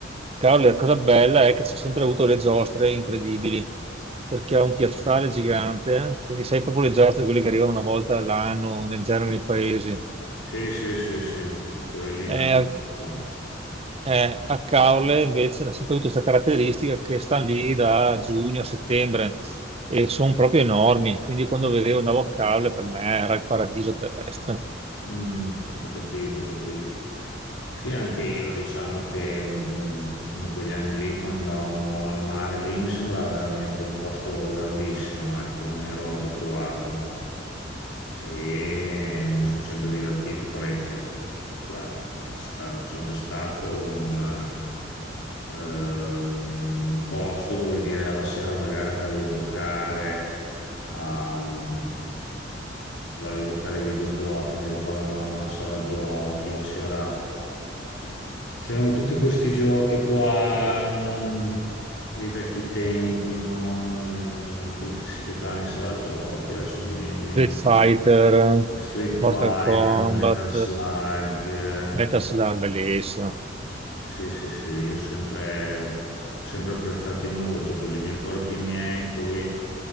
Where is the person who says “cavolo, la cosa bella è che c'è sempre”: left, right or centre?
Right